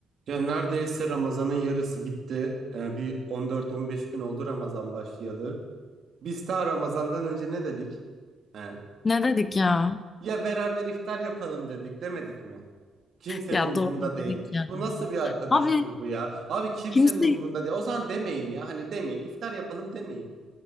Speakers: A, on the right; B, on the left.
A: Ya neredeyse Ramazan'ın yarısı bitti. Ee, bir 14-15 gün oldu Ramazan başlayalı. Biz daha Ramazan'dan önce ne dedik? He?
B: Ne dedik ya?
A: Ya beraber iftar yapalım dedik, demedik mi? Kimsenin
B: Ya
A: umurunda
B: doğru
A: değil.
B: dedik ya.
A: Bu nasıl bir arkadaş
B: Abi
A: grubu ya? Abi kimsenin
B: kimse
A: umurunda değil. O zaman demeyin ya. Hani demeyin, İftar yapalım demeyin.